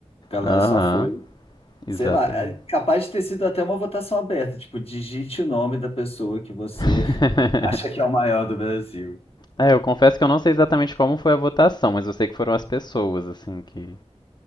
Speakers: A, on the left; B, on the left.
A: A galera
B: Aham,
A: só foi,
B: exatamente.
A: sei lá, é capaz de ter sido até uma votação aberta. Tipo, digite o nome da pessoa que você
B: <laughs>
A: <laughs> acha que é o maior do Brasil.
B: É, eu confesso que eu não sei exatamente como foi a votação, mas eu sei que foram as pessoas, assim, que.